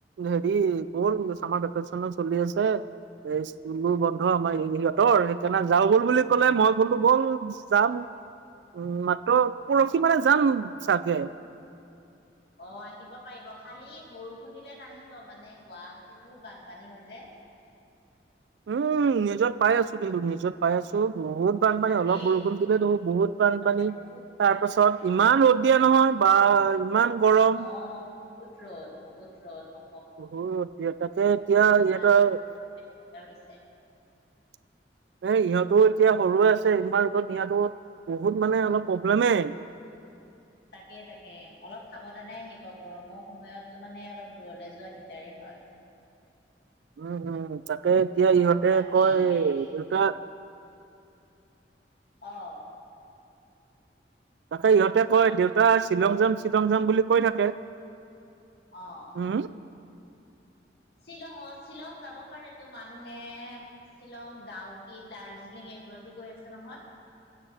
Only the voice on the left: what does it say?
অ
অ, আহিব পাৰিব। খালি বৰষুণ দিলে নাহিব। মানে গুৱাহাটীত বহুত বানপানী হৈ যে।
তাকেই
হলে মানে বহুত দিগদাৰ
হৈ যায়
অ বহুত ৰ'দ, বহুত ৰ'দ মা
ওলাই
আহিবলে দিগদাৰ হৈছে
তাকে, তাকে অলপ সাৱধানে আহিব। গৰম সময়তটো মানে অলপ দূৰলে যোৱা দিগদাৰেই হয়।
বাকী
হেৰি
অ।
আমাৰ
অঁ।
শ্বিলঙত, শ্বিলং যাব পাৰেটো। মানুহে শ্বিলং, ডাউকি, দাৰ্জিলিং এইবোৰতো গৈ আছে নহয়।